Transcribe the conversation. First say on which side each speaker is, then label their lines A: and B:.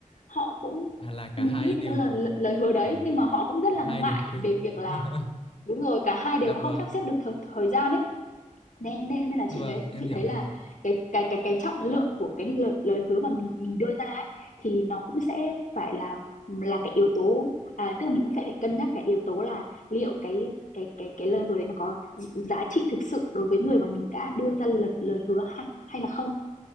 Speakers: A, on the left; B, on the left.
A: họ cũng
B: à là cả
A: nghĩ
B: hai đều
A: về cái lời lời hứa đấy
B: à,
A: nhưng mà họ cũng rất
B: cả
A: là
B: hai
A: ngại
B: đều quên
A: về việc là
B: <laughs>
A: đúng rồi cả hai đều
B: dạ
A: không
B: vâng
A: sắp xếp được thời, thời gian ấy nên nên nên là
B: Vâng,
A: chị nghĩ
B: em
A: chị
B: hiểu,
A: thấy
B: em
A: là
B: hiểu.
A: cái cái cái cái trọng lượng của cái lời, lời hứa mà mình mình đưa ra ấy thì nó cũng sẽ phải là là cái yếu tố à, tức là mình cũng phải phải cân nhắc cái yếu tố là liệu cái cái cái cái lời hứa đấy nó có gi- giá trị thực sự đối với người mà mình đã đưa ra lời lời hứa hay hay là không